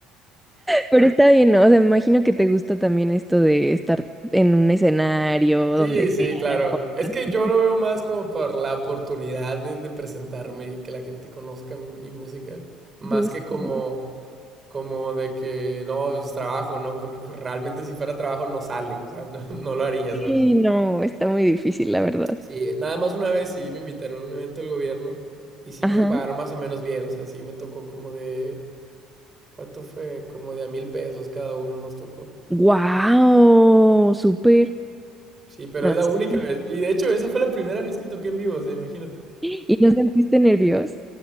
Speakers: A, in the centre; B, on the right.
A: Pero está bien, ¿no? O sea, me imagino que te gusta también esto de estar en un escenario,
B: Sí,
A: donde sea,
B: sí, claro.
A: no importa.
B: Es que yo lo veo más como por la oportunidad de, de presentarme y que la gente conozca mi, mi música, más
A: Justo.
B: que como, como de que no, es trabajo, ¿no? Porque pues, realmente si fuera trabajo no sale, o sea, <laughs> no, no lo haría,
A: Sí,
B: ¿sabes?
A: no, está muy difícil, la verdad.
B: Sí, nada más una vez sí me invitaron a un evento del gobierno y sí
A: Ajá.
B: me pagaron más o menos bien, o sea, sí me tocó como de, ¿cuánto fue? Como de a mil pesos cada uno nos tocó.
A: ¡Wow! ¡Súper!
B: Sí, pero
A: No,
B: es la
A: sí.
B: única vez. Y de hecho, esa fue la primera vez que toqué en vivo, o sea, imagínate.
A: ¿Y no sentiste nervios?